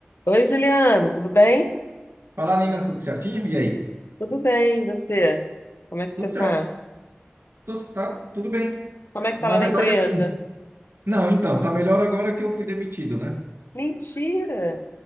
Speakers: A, on the left; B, on the right.
A: Oi, Juliano, tudo bem?
B: Fala, Nina, tudo certinho? E aí?
A: Tudo bem, e você? Como é que
B: Tudo
A: você
B: certo.
A: tá?
B: Tô, tá tudo bem.
A: Como é que tá
B: Na
A: lá
B: verdade,
A: na empresa?
B: assim. Não, então, tá melhor agora que eu fui demitido, né?
A: Mentira!